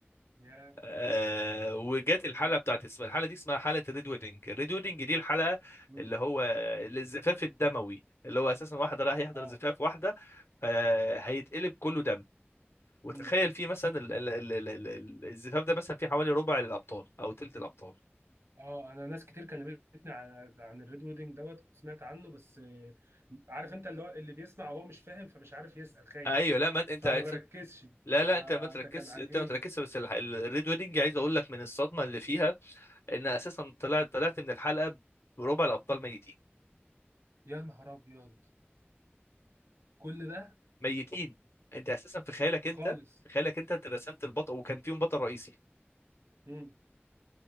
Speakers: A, on the right; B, on the left.
A: ياه
B: آه وجت الحلقه
A: مم.
B: بتاعت اسمها الحلقه دي اسمها حلقه الريد ويدنج الريد ويدنج دي الحلقه
A: مم.
B: اللي هو الزفاف الدموي اللي هو اساسا واحد رايح يحضر
A: اه
B: زفاف واحده آه، هيتقلب كله دم وتخيل
A: مم.
B: فيه مثلا ال- ال- ال- ال- ال- الزفاف ده مثلا فيه حوالي ربع الابطال او تلت الابطال
A: اه انا ناس كتير كلمتني عن عن الريد ويدنج دوت كنت سمعت عنه بس آه، عارف انت اللي هو اللي بيسمع وهو مش فاهم فمش عارف يسأل خايف
B: ايوه لا ما انت
A: فما بركزش
B: لا
A: فده
B: لا انت ما تركزش
A: كان عن
B: انت
A: ايه
B: ما تركزش بس الح- ال- الريد ويدنج عايز اقول لك من الصدمه اللي فيها ان اساسا طلعت طلعت من الحلقه بربع الابطال ميتين
A: يا نهار ابيض كل ده
B: ميتين انت اساسا في خيالك انت
A: خالص
B: في خيالك انت رسمت البطل وكان فيهم بطل رئيسي
A: مم.